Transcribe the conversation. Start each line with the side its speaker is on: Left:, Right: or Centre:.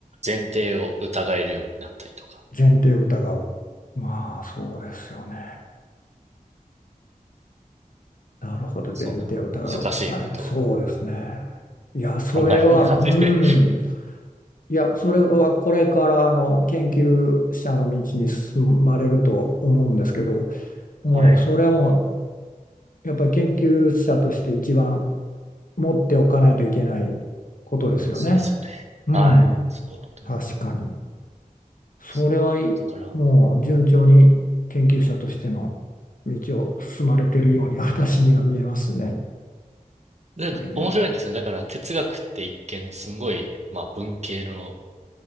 Right: 前提を疑えるようになったりとか、
Left: ー、前提を疑う。まあそうですよね。なるほど、
Right: そんな難しいことを
Left: 前提を疑う。はい、そうですね。いや、それは、
Right: 考え始め。
Left: うん。いや、それはこれからあの研究者の道に進まれると思うんですけど、もうそれはも
Right: <laughs> はい。
Left: うやっぱり研究者として一番持っておかないといけないことですよね。
Right: そうですよね。
Left: うん、
Right: はい。そうだと思いま
Left: 確かに。それはいいもう順調に研究者としての道を進まれているように私には見えますね。
Right: す。だから、なんか面白いんですよね。
Left: えー
Right: だから哲学って一見すごい、まあ文系の